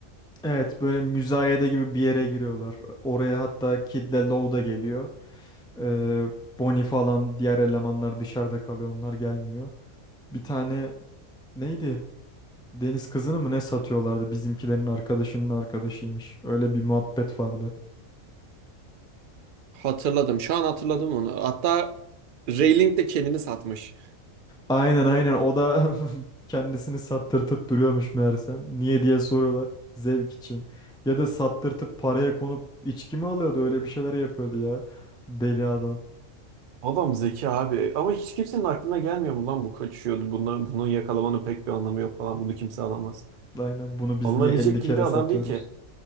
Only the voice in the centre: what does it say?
Evet, böyle müzayede gibi bir yere giriyorlar. Oraya hatta Kid ile Lou da geliyor. Ee, Bonnie falan diğer elemanlar dışarıda kalıyor, onlar gelmiyor. Bir tane neydi? Deniz kızını mı ne satıyorlardı? Bizimkilerin arkadaşının arkadaşıymış. Öyle bir muhabbet vardı.
Aynen aynen o da <laughs> kendisini sattırtıp duruyormuş meğersem. Niye diye soruyorlar. Zevk için. Ya da sattırtıp paraya konup içki mi alıyordu? Öyle bir şeyler yapıyordu ya. Deli adam.
Aynen bunu biz
niye 50 kere
satıyoruz?